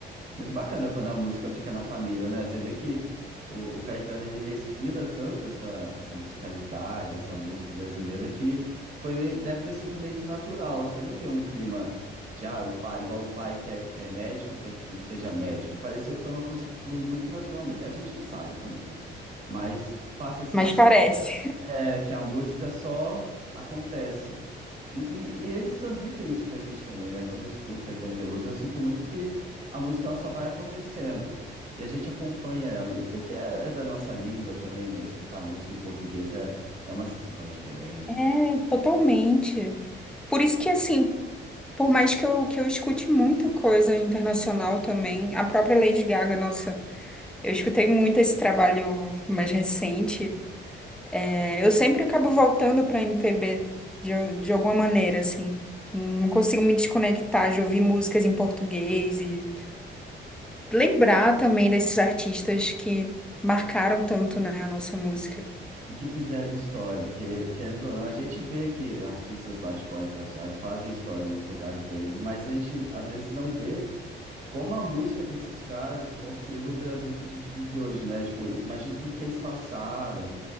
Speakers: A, on the right; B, in the centre.
A: Muito bacana quando a música fica na família, né? Você vê que o, o Caetano ele respira tanto essa, essa musicalidade, essa música brasileira, que foi meio- deve ter sido meio que natural. Você não vê um clima de, ah, o pai, igual o pai que é, é médico, quer que o filho seja médico. Pareceu que foi uma coisa que fluiu muito naturalmente. A gente não sabe também, né? Mas passa assim.
B: Mas parece.
A: É, que a música só acontece. E, e- e eles transmitem isso pra gente também, né? Quando eu escuto Caetano Veloso, eu sinto muito que a música ela só vai acontecendo e a gente acompanha ela. E porque é, é da nossa língua também, né? Escutar música em português é, é uma sensação diferente.
B: É, totalmente. Por isso que, assim, por mais que eu, que eu escute muita coisa internacional também, a própria Lady Gaga, nossa, eu escutei muito esse trabalho mais recente. É, eu sempre acabo voltando pra MPB, de, de alguma maneira, assim. Não consigo me desconectar de ouvir músicas em português e lembrar também desses artistas que marcaram tanto, né, a nossa música.
A: E que fizeram história, porque, querendo ou não, a gente vê que artistas lá de fora internacionais fazem história nos lugares deles, mas a gente às vezes não vê. como a música desses caras construíram o Brasil que a gente vive hoje, né? Tipo, imagina tudo que eles passaram,